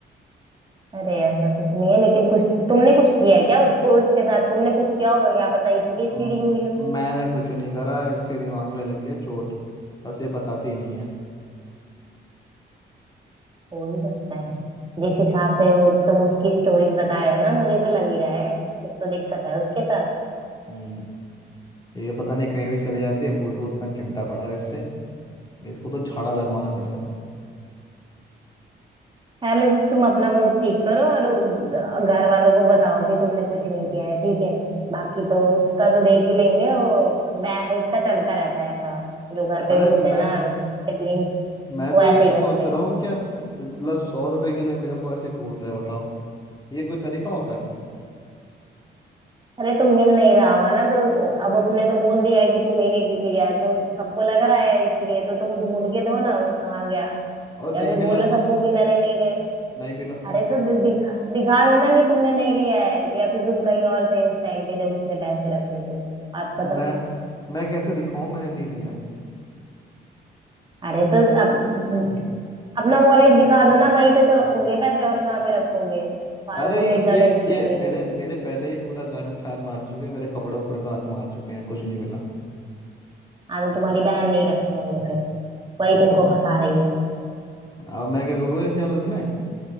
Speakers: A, on the right; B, on the left.
A: अरे ऐसा कुछ नहीं है लेकिन कुछ तुमने कुछ किया है क्या उसको उसके साथ तुमने कुछ किया होगा क्या पता इसीलिए
B: हम्म,
A: चिड़ी हुई हो
B: मैंने कुछ नहीं करा इसके दिमाग में लगी है चोट बस ये बताती ही नहीं है
A: हो ही सकता है जिस हिसाब से हो तुम उसकी स्टोरीज बता रहे हो ना मुझे तो लग ही रहा है कुछ तो दिक्कत है उसके साथ
B: हम्म ये पता नहीं कहीं भी चली जाती है भूत वूत ना चिमटा पड़ा हो इससे इसको तो झाड़ा लगवाना पड़ेगा
A: पहले तो तुम अपना मूड ठीक करो और उ- घर वालों को बताओ कि तुमने कुछ नहीं किया है ठीक है बाकी तो उसका तो देख ही लेंगे वो बै- उसका चलता रहता है ऐसा जो घर पे
B: अरे
A: होते
B: मैं
A: हैं ना सिबलिंग्स
B: मैं
A: वो
B: तो
A: ऐसे
B: ये
A: ही
B: सोच
A: करते हैं
B: रहा हूँ क्या मतलब सौ रुपए के लिए मेरे को ऐसे घूर रहे हैं, बताओ ये कोई तरीका होता है
A: अरे तुम मिल नहीं रहा होगा ना तो अब उसने तो बोल दिया है कि तुम ही ने की- लिया है तो सबको लग रहा है इसीलिए तो तुम ढूंढ के दो ना वो कहाँ गया
B: और नहीं
A: या फिर
B: मिला
A: बोलो
B: तो
A: सबको कि मैंने नहीं लिया
B: नहीं मिला तो
A: अरे तो दि- दिखा दिखा दो ना कि तुमने नहीं लिया है या फिर तुम कहीं और थे उस टाइम पे जब उसने पैसे रखे तो आप
B: तो
A: खत्म
B: मैं मैं कैसे दिखाऊं मैंने नहीं लिया है
A: अरे तो अप, अपना वॉलेट दिखा दो ना वहीं पे तो रखोगे पैसे और कहाँ पे रखोगे फालतू
B: अरे ये
A: में इतना टेंशन
B: ये
A: ले
B: मेरे
A: रहे हो
B: मेरे पहले ही पूरा घर में छान मार चुके हैं मेरे कपड़े उपड़े पे हाथ मार चुके हैं कुछ नहीं मिला
A: हाँ तो तुम्हारी बहन नहीं रखे होंगे फिर वही तुमको
B: अब
A: फंसा रही है
B: अब मैं क्या करूँ ऐसी हालत में